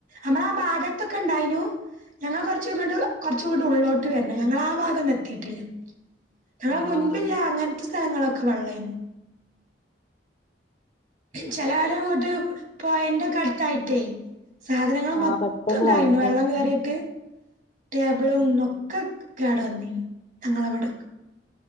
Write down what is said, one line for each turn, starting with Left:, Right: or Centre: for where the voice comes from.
Right: അമ്മള ആ ഭാഗത്തൊക്കെ ഇണ്ടായിനു. ഞങ്ങള് കൊറച്ചുങ്ങട്ട് കൊറച്ചുങ്ങട്ട് ഉള്ളോട്ട് വരണം ഞങ്ങളാ ഭാഗൊന്നും എത്തിയിട്ടില്ല. ഞങ്ങള
Left: ആഹ്
Right: മുൻപില്ല അങ്ങനത്തെ സ്ഥലങ്ങളൊക്കെ വെള്ളേനും. ചേലോരെ വീട് പൊയന്റൊക്കെ അടുത്തായിട്ടേ? സാധനങ്ങല്
Left: ആഹ്
Right: മൊത്തം
Left: പെട്ടെന്ന്
Right: ന്തായിനു
Left: കേറും
Right: വെള്ളം കേറീട്ട്. ടേബിളും ഒക്കെ കേട് വന്ന് ഞങ്ങളിവിടൊക്കെ